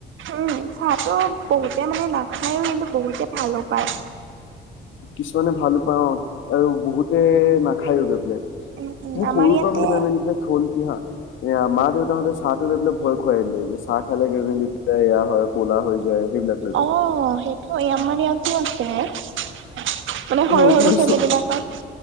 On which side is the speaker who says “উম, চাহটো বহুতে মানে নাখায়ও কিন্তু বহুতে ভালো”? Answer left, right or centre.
Right